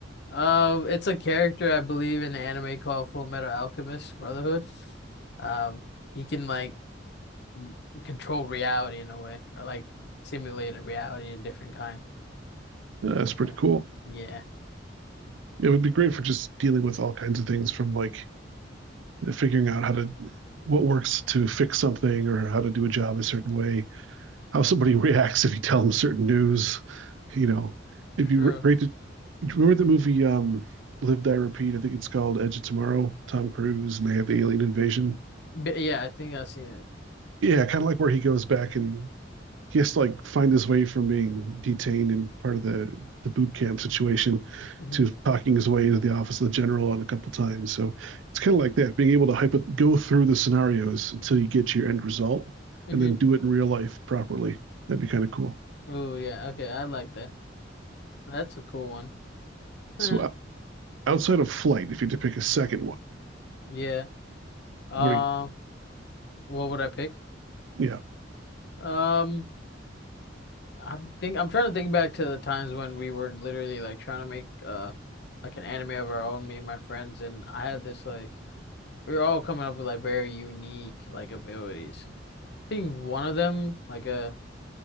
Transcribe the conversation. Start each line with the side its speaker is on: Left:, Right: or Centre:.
Left: Uh, it's a character I believe in the anime called Full Metal Alchemist Brotherhood. Um, he can like m- control reality in a way, or like simulate a reality a different kind.
Right: Yeah, that's pretty
Left: So,
Right: cool.
Left: yeah,
Right: It would be great for just dealing with all kinds of things from like you know, figuring out how to what works to fix something or how to do a job a certain way, how somebody <laughs> reacts if you tell them certain news. You know, it'd be
Left: sure.
Right: great to remember the movie um, Live Die Repeat. I think it's called Edge of Tomorrow. Tom Cruise and they have the alien invasion.
Left: But yeah, I think I've seen it.
Right: Yeah, kind of like where he goes back and he has to like find his way from being detained and part of the the boot camp situation
Left: Mm-hmm.
Right: to talking his way into the office of the general on a couple times. So it's kind of like that, being able to hypo- go through the scenarios until you get your end result,
Left: hmm
Right: and then do it in real life properly. That'd be kind of cool.
Left: Oh yeah, okay, I like that. That's a cool one.
Right: So
Left: <laughs>
Right: uh, outside of flight, if you had to pick a second one,
Left: Yeah. Um,
Right: what are you?
Left: what would I pick?
Right: Yeah,
Left: Um. I think I'm trying to think back to the times when we were literally like trying to make uh like an anime of our own, me and my friends, and I had this like we were all coming up with like very unique like abilities. I think one of them like a